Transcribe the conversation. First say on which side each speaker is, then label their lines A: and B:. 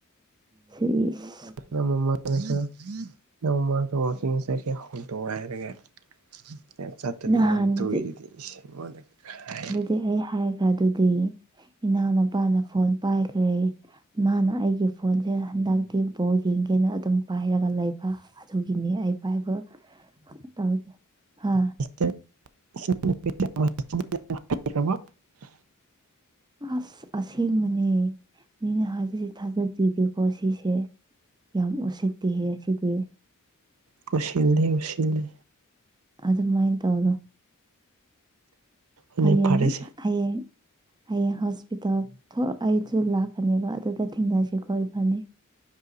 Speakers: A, on the right (about 20°); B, on the right (about 75°).
A: ꯁꯤ ꯏꯁ
B: ꯅꯪ ꯃꯃꯥꯡꯁꯨ ꯅꯪ ꯃꯃꯡꯁꯨ ꯋꯥꯛꯀꯤꯡ ꯆꯠꯒꯦ ꯍꯧꯗꯣꯛ ꯍꯥꯏꯔꯒ ꯅꯪ ꯆꯠꯇꯕꯤ
A: ꯅꯍꯥꯟꯗꯨꯗꯤ
B: ꯑꯗꯨꯝ ꯇꯧꯛꯏꯗꯨꯗꯤ ꯏꯁ <unintelligible>
A: ꯑꯦ ꯑꯩꯄ ꯍꯥꯏ ꯑꯗꯨꯗꯤ ꯏꯅꯥꯎꯅꯨꯄꯥꯅ ꯐꯣꯟ ꯄꯥꯏꯈ꯭ꯔꯦ ꯃꯥꯅ ꯑꯩꯒꯤ ꯐꯣꯟꯁꯦ ꯍꯟꯗꯛꯇꯤ ꯕꯣꯜ ꯌꯦꯡꯒꯦꯅ ꯑꯗꯨꯝ ꯄꯥꯏꯔꯒ ꯂꯩ ꯑꯗꯨꯒꯤꯅꯤ ꯑꯩ ꯄꯥꯏꯕ ꯇꯧꯒꯦ ꯍꯥ
B: <unintelligible>
A: ꯑꯁ ꯑꯁꯦꯡꯕꯅꯦ ꯃꯤꯅ ꯍꯥꯏꯕꯁꯦ ꯊꯥꯖꯗꯦꯕꯤꯀꯣ ꯁꯤꯁꯦ ꯌꯥꯝ ꯎꯁꯤꯠꯇꯤꯍꯦ ꯑꯁꯤꯗꯤ
B: ꯀꯨꯁꯤꯜꯂꯤ ꯎꯁꯤꯜꯂꯤ
A: ꯑꯗꯨꯃꯥꯏꯅ ꯇꯧꯅꯨ
B: ꯍꯣꯏꯅꯦ
A: ꯍꯌꯦꯡ
B: ꯐꯔꯦꯁꯦ
A: ꯍꯌꯦꯡ ꯍꯌꯦꯡ ꯍꯣꯁꯄꯤꯇꯥꯜ ꯊꯣꯛ ꯑꯩꯁꯨ ꯂꯥꯛꯀꯅꯦꯕ ꯑꯗꯨꯗ ꯊꯦꯡꯅꯁꯤꯀꯣ ꯏꯕꯥꯅꯤ